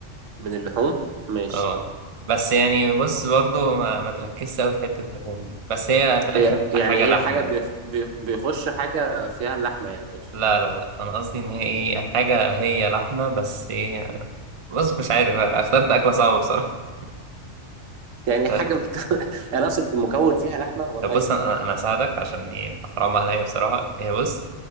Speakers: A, on the right; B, on the right.
A: من اللحوم ماشي
B: اه بس يعني بص برضو ما, ما تركزش قوي في حتة اللحوم دي بس هي في الآخر
A: هي
B: ح-
A: يعني
B: حاجة
A: هي
B: لحمة
A: حاجة بيخ...
B: يعني
A: بي- بيخش حاجة فيها اللحمة يعني تقصد
B: لا لا لا أنا قصدي إن هي إيه حاجة هي لحمة بس إيه بص مش عارف بقى، اخترت أكلة صعبة بصراحة <laughs>
A: يعني
B: ط-
A: حاجة بت... <laughs> انا اقصد المكون فيها لحمة هو طيب
B: طب بص أنا أنا هساعدك عشان إيه أحرام عليا بصراحة هي بص